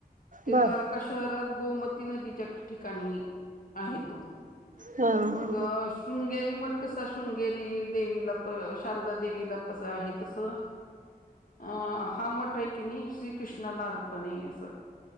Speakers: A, on the left; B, on the right.
A: ते
B: बर
A: द्वारका शहरात गोमती नदीच्या ठिकाणी आहे तो.
B: हा हा
A: मग
B: हा
A: शृंगेरी मठ कसा शृंगेरी- देवीला प शारदा देवीला तसं आहे तसं. अ हा मठ आहे की नाही श्रीकृष्णाला अर्पण आहे असं.